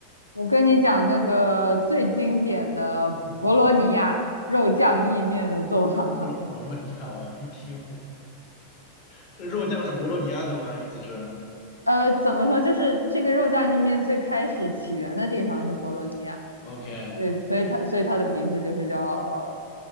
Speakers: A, on the left; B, on the left.
A: 我跟你讲那个最经典的博罗尼亚肉酱意面的做法，
B: 嗯，博洛博洛尼亚，我一听我这肉酱是博洛尼亚的吗？意思是
A: <laughs> 呃，怎么说，就是这个肉酱意面最开始起源的地方是博罗尼亚。
B: OK。
A: 对，所以它所以它的名字就是叫，